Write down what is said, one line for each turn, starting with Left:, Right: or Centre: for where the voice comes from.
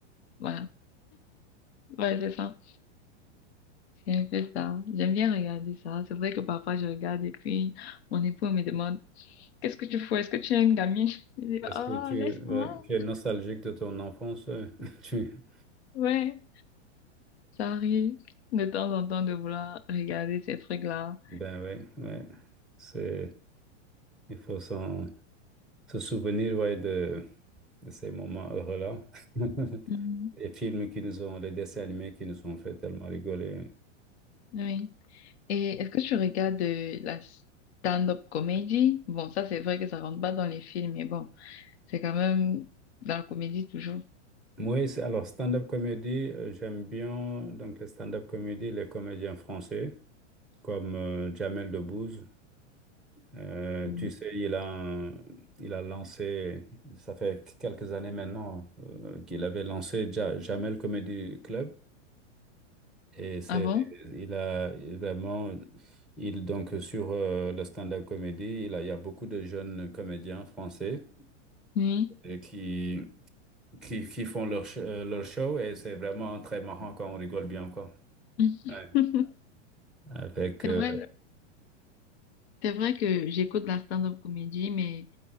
Left: Voilà. Ouais, c'est ça. C'est un peu ça. J'aime bien regarder ça. C'est vrai que parfois je regarde et puis mon époux me demande, qu'est-ce que tu fais? Est-ce que tu es une gamine? Je dis,
Centre: Est-ce
Left: oh,
Centre: que tu,
Left: laisse-moi.
Centre: ouais, tu es nostalgique de ton enfance? euh, <laughs> Tu,
Left: Ouais, ça arrive de temps en temps de vouloir regarder ces trucs-là.
Centre: ben ouais, ouais. C'est, il faut s'en, se souvenir, ouais, de, de ces moments heureux-là. <laughs>
Left: Mhm.
Centre: Les films qui nous ont, les dessins animés qui nous ont fait tellement rigoler.
Left: Oui. Et est-ce que tu regardes euh, la stand-up comédie? Bon, ça c'est vrai que ça rentre pas dans les films, mais bon, c'est quand même dans la comédie toujours.
Centre: Oui, c'est- alors stand-up comédie, euh, j'aime bien donc les stand-up comédies, les comédiens français comme euh, Jamel Debbouze. Euh,
Left: Mm.
Centre: tu sais, il a, un- il a lancé, ça fait quelques années maintenant euh, qu'il avait lancé Ja- Jamel Comedy Club et c'est,
Left: Ah bon?
Centre: il a vraiment, il donc sur euh, le stand-up comédie, il a- il y a beaucoup de jeunes comédiens français
Left: Oui.
Centre: et qui, qui, qui font leur, sh- euh, leur show et c'est vraiment très marrant quand on rigole bien, quoi.
Left: <laughs>
Centre: Ouais. avec
Left: C'est
Centre: euh,
Left: vrai, c'est vrai que j'écoute la stand-up comédie, mais